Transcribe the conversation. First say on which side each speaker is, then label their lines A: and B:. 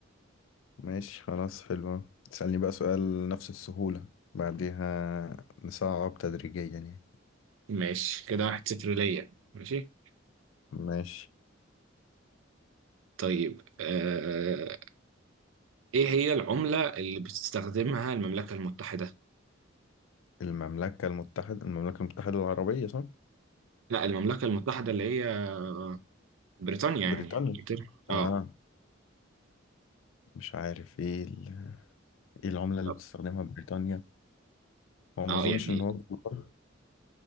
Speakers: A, on the left; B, on the right.
A: ماشي خلاص حلوة تسألني بقى سؤال نفس السهولة بعديها نصعب تدريجيا يعني
B: ماشي كده واحد صفر ليا ماشي
A: ماشي
B: طيب آه ايه هي العملة اللي بتستخدمها المملكة المتحدة؟
A: المملكة المتحدة المملكة المتحدة العربية صح؟
B: لا المملكة المتحدة اللي هي بريطانيا
A: بريطانيا
B: يعني انجلترا اه
A: اه مش عارف ايه ال... ايه العملة اللي
B: طب
A: بتستخدمها بريطانيا هو ما
B: اه
A: اظنش
B: يعني
A: ان هو الدولار